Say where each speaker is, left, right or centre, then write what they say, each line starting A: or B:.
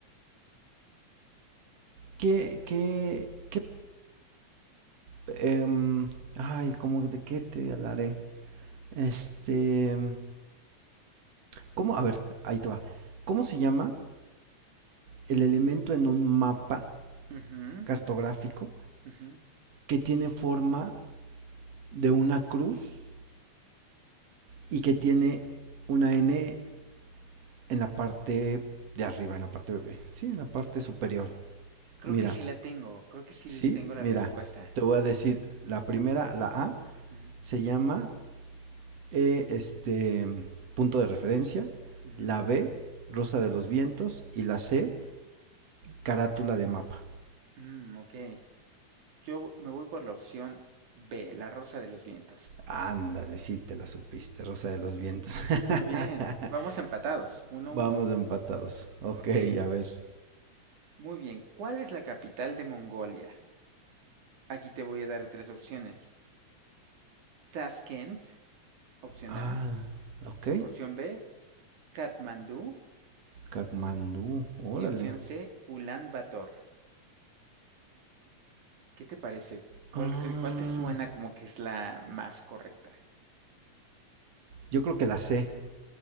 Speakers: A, on the right; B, on the right.
A: ¿qué, qué, qué, em, ay, ¿cómo de qué te hablaré? Este, ¿cómo? A ver, ahí te va. ¿Cómo se llama el elemento en un mapa?
B: Ujú,
A: cartográfico
B: ujú.
A: que tiene forma de una cruz y que tiene una N en la parte de arriba, en la parte bebé, sí, en la parte
B: Uh,
A: superior.
B: creo
A: Mira,
B: que sí la tengo, creo que sí
A: sí,
B: tengo la
A: mira,
B: respuesta.
A: te voy a decir, la primera, la A,
B: Ujú,
A: se llama eh, este punto de referencia,
B: ujú.
A: la B, rosa de los vientos y la C, carátula de mapa.
B: Mm, ok. Yo me voy por la opción B, la rosa de los vientos.
A: Ándale, sí te la supiste, rosa de los vientos. <laughs>
B: Muy bien. Vamos empatados, uno
A: Vamos
B: uno.
A: empatados. Ok,
B: Ok.
A: a ver.
B: Muy bien. ¿Cuál es la capital de Mongolia? Aquí te voy a dar tres opciones. Tashkent, opción
A: Ah,
B: A.
A: ok.
B: Opción B, Katmandú.
A: Kathmandú,
B: Y
A: órale.
B: opción C, Ulan Bator. ¿Qué te parece?
A: Ah,
B: ¿Cuál, cre- cuál te suena como que es la más correcta?
A: yo creo que la sé.